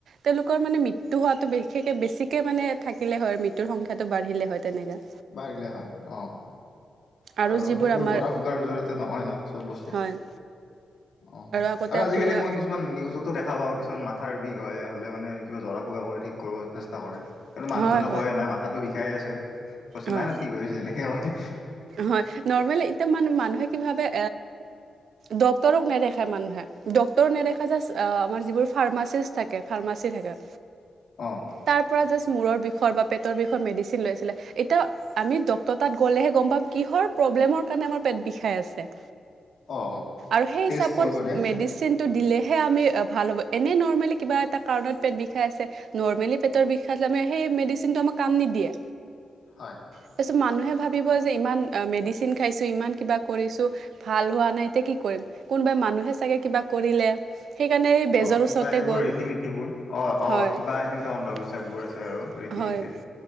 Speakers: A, on the right (about 75°); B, on the left (about 60°).
A: তেওঁলোকৰ মানে মৃত্যু হোৱাটো বিশেষকে বেছিকে মানে থাকিলে হয় মৃত্যুৰ সংখ্যাটো বাঢ়িলে হয়। তেনেকে।
B: বাঢ়িলে হয়। অ।
A: আৰু
B: কাৰণ
A: যিবোৰ
B: সেইবোৰ
A: আমাৰ
B: জৰা জৰিয়তে নহয় ন চব বস্তু।
A: হয়
B: অ
A: আগতে
B: আৰু
A: আপোনাৰ
B: আজিকালি মই কিছু কিছুমান নিউজতো দেখা পাওঁ কিছুমান মাথাৰ বিষ হয়। হ'লে মানে কিবা জৰা ফুকা কৰি ঠিক কৰিব চেষ্টা কৰে।
A: কৰে।
B: মানুহজনে কয় নাই মাথাটো বিষাইে আছে। কৈছে
A: মই
B: নাই নাই ঠিক হৈছে এনেকে কয়।
A: হয় নৰ্মেলি এতিয়া মানু মানুহে কি ভাবে ডক্টৰক নেদেখায় মানুহে ডক্তৰক নেদেখা জাষ্ট আমাৰ যিবোৰ ফাৰ্মাচিষ্ট থাকে ফাৰ্মাচী থাকে
B: অ।
A: তাৰ পৰা জাষ্ট মূৰৰ বিষৰ বা পেটৰ বিষত মেডিচিন লৈছিলে এতিয়া আমি ডক্টৰ তাত গ'লে হে কিহৰ কাৰনত পেট বিষাই আছে।
B: অ অ
A: আৰু সেই
B: টেষ্ট
A: হিচাপত
B: কৰিব দে
A: মেডিচিন চিনটো দিলেহে আমি ভাল হ'ব। এনেই নৰ্মেলি কিবা এটা কাৰণত পেট বিষাই আছে নৰ্মেলি পেটৰ বিষত সেই মেডিচিনটো আমাক কাম নিদিয়ে।
B: হয়।
A: তাৰপিছত মানুহে ভাবিব যে ইমান মেডিচিন খাইছোঁ ইমান কিবা কৰিছোঁ ভাল হোৱা নাই এতিয়া কি কৰিম কোনোবাই মানুহে চাগে কিবা কৰিলে। সেইকাৰণে এই বেজৰ
B: অ কিবা
A: ওচৰতে
B: এইবোৰ
A: গ'ল
B: ৰীতি-নীতি বোৰ অ অ
A: হয়
B: কিবা
A: হয় হয় হয়
B: এনেকে অন্ধবিশ্বাস
A: এনেকুৱা অন্ধবিশ্বাসবোৰ
B: বোৰ আছে আৰু ৰীতি-নীতিত।
A: ৰীতি